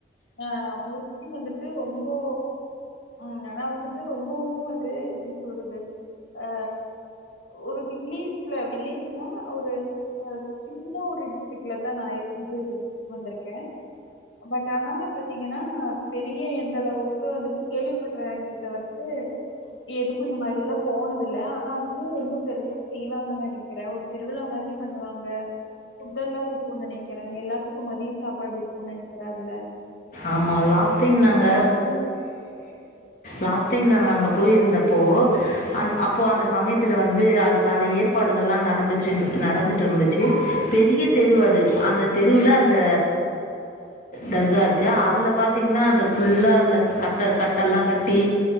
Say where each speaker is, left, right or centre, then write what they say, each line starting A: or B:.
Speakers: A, on the left (about 90°); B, on the left (about 45°).
A: ஆ மோஸ்ட்லி வந்துட் டு ரொம்போ ம் ஆனா வந்துட்டு ரொம்பவூ அதே எப்படி சொல்றது ஆ ஒரு வில்லேஜ்ல வில்லேஜ்னா ஒரு சின்ன ஒரு <inaudible> தா நா இருந்தது வந்திருக்கே பட் ஆனா பாத்தீங்கன்னா பெரிய எந்தளவுக்கு வந்துட்டு கேள்விப்பட்றாங்கிய தவிர்த்து எதுக்கூ இந்த மாத்ரி எல்லா போனதில்ல ஆனா அதுமே ரொம்ப பெருசா செய்வாங்க நெனைக்கிறே ஒரு திருவிழா மாத்ரி பண்ணுவாங்க ஃபுட்டெல்லா இருக்கூ நெனைக்கிறே எல்லாத்துக்கூ மதியோ சாப்பாடு இருக்கூ நெனைக்கிறே அதுல
B: ஆமா லாஸ்ட் டைம்
A: அந்த
B: நாங்க
A: மாதிரி
B: லாஸ்ட் டைம் நாங்க அங்கப் போயிருந்தப்போ அந் அப்போ அந்த சமயத்துல வந்து அதுக்கான ஏற்பாடுகள்லா நடந்துச்சு நடந்துட்ருந்துச்சு பெரிய தெருவ் அது அந்த தெருவுலவ அந்த தர்கா இர் கு அதுல பாத்தீங்னா அந்த ஃபுல்லா அந்த கட்ட கட்டெல்லா கட்டி